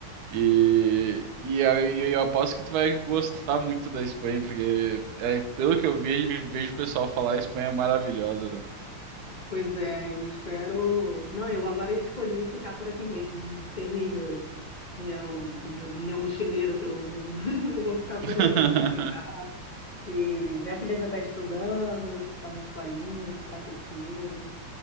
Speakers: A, on the right; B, on the left.
A: E, e, aí eu aposto que tu vai gostar muito da Espanha, porque é, pelo que eu vejo, vejo o pessoal falar, a Espanha é maravilhosa, né?
B: Pois é, eu espero. Não, eu agora escolhi ficar por aqui mesmo. Encerrei meu, meu, meu, meu mochileiro pelo mundo. <laughs> Eu vou ficar por
A: <laughs>
B: aqui, sossegar. E minha filha já está estudando, está na escolinha, está curtindo.